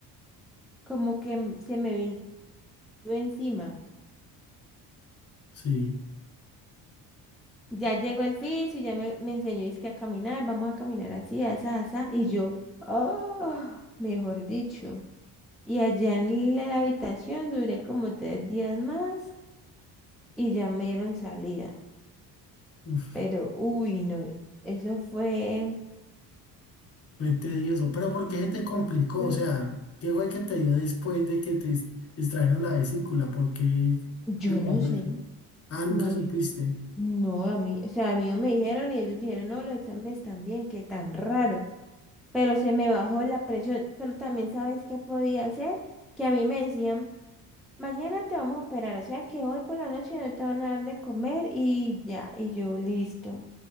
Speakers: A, in the centre; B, on the left.
A: como que m- se me vino yo encima.
B: Sí.
A: Ya llegó el fisio, ya me, me enseñó es que a caminar, vamos a caminar así, asá, asá. Y yo, oh, mejor dicho. Y allá en la la habitación duré como tres días más y ya me dieron salida.
B: Uf.
A: Pero, uy, no, eso fue,
B: Fue tedioso, pero ¿por qué se te complicó?
A: eso,
B: O sea, ¿qué fue que te dio después de que te ex- extrajeron la vesícula? ¿Por qué
A: yo
B: te pasó
A: no sé,
B: eso? Ah, nunca
A: no,
B: supiste.
A: yo- no, a mí, o sea, a mí no me dijeron y ellos dijeron, no, los exámenes están bien qué tan raro. pero se me bajó la presión. Pero también sabes qué podía hacer, que a mí me decían, mañana te vamos a operar, o sea que hoy por la noche no te van a dar de comer y ya, y yo listo.